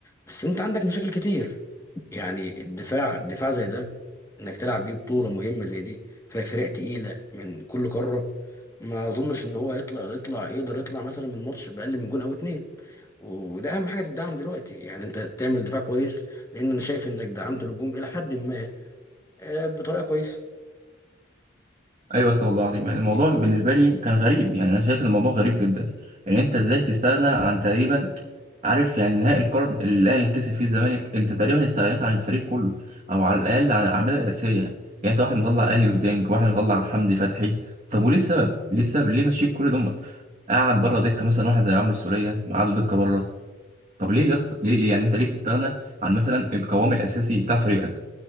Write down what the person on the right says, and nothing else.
ايوه يا اسطى والله العظيم يعني الموضوع بالنسبه لي كان غريب يعني انا شايف ان الموضوع غريب جدا يعني انت ازاي تستغنى عن تقريبا عارف يعني نهائي القرن اللي الاهلي كسب فيه الزمالك انت تقريبا استغنيت عن الفريق كله او على الاقل عن الاعمال الاساسيه يعني انت واحد مطلع اليو ديانج واحد مطلع حمدي فتحي طب وليه السبب ليه السبب ليه مشيت كل دمت قعد بره دكه مثلا واحد زي عمرو السوليه قعدوا دكه بره طب ليه يا اسطى ليه ليه يعني انت ليه تستغنى عن مثلا القوام الاساسي بتاع فريقك